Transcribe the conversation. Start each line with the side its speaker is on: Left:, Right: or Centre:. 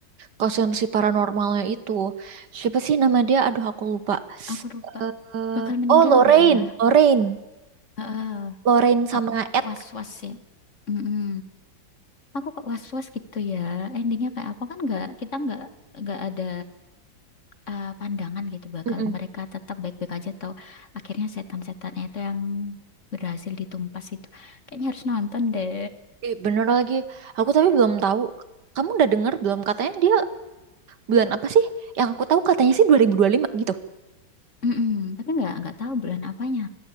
Right: kasihan si paranormalnya itu. Siapa sih nama dia? Aduh, aku lupa.
Left: Aku lupa.
Right: eh
Left: Bakal meninggal
Right: oh, Lorraine,
Left: nggak ya?
Right: Lorraine,
Left: Heeh,
Right: Lorraine sama
Left: aku
Right: Ed.
Left: was-was ya. Mm-mm. aku kok was-was gitu ya endingnya kayak apa kan nggak kita nggak nggak ada eh, pandangan gitu bakal
Right: Mm-mm.
Left: mereka tetap baik-baik aja atau akhirnya setan-setannya itu yang berhasil ditumpas itu kayaknya harus nonton deh
Right: Ih, bener lagi. Aku tapi belum tahu. Kamu udah denger belum? Katanya dia bulan apa sih? Yang aku tahu katanya sih 2025 gitu.
Left: Mm-mm, tapi nggak nggak tahu bulan apanya